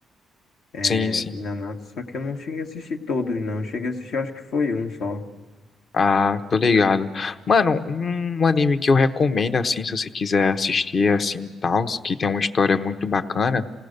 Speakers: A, on the left; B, on the left.
A: é,
B: Sim, sim.
A: de Nanatsu, só que eu não cheguei a assistir todos, não. Eu Cheguei a assistir, acho que foi um só.
B: Ah, tô ligado. Mano, um anime que eu recomendo, assim, se você quiser assistir, assim, tal, que tem uma história muito bacana,